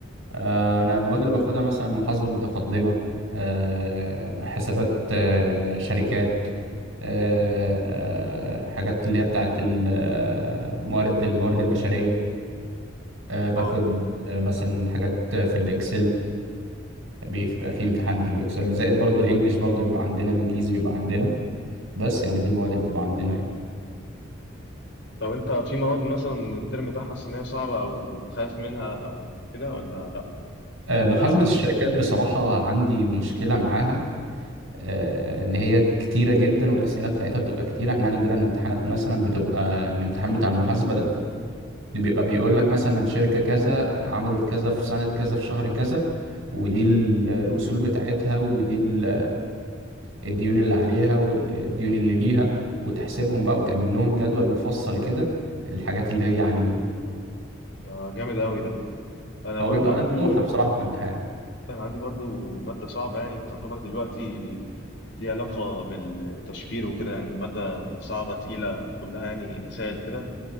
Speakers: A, on the right; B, on the left.
A: آه انا المواد اللي باخدها مثلا محاسبه متقدمه آه حسابات آه شركات آه
B: مم.
A: آه حاجات اللي هي بتاعت ال- آه، موارد الموارد البشريه آه باخد
B: اه
A: آه، مثلا حاجات في الاكسل بيبقى فيه امتحان في الاكسل زائد برضو الانجليش برضو بيبقى عندنا الانجليزي بيبقى عندنا بس يعني دي المواد اللي بتبقى عندنا يعني
B: طب انت في مواد مثلا من الترم ده حاسس ان هي صعبه او خايف منها او كده ولا لا
A: آه، محاسبة
B: انا
A: الشركات بصراحة عندي مشكلة معاها آه، إن هي كتيرة جدا والأسئلة بتاعتها بتبقى كتيرة إحنا عندنا الامتحانات مثلا بتبقى الامتحان بتاع المحاسبة ده بيبقى بيقول لك مثلا شركة كذا عملت كذا في سنة كذا في شهر كذا ودي ال- الأصول بتاعتها ودي ال- الديون اللي عليها والديون اللي ليها وتحسبهم بقى وتعمل لهم جدول مفصل كده الحاجات اللي هي عليهم
B: ده جامد قوي ده انا
A: هو
B: برضو
A: بيبقى
B: عندي
A: دوخة بصراحة في الامتحان
B: انا عندي برضو ماده صعبه يعني تعتبر دلوقتي ليها علاقه بالتشفير وكده يعني ماده صعبه تقيله كلها يعني مسائل وكده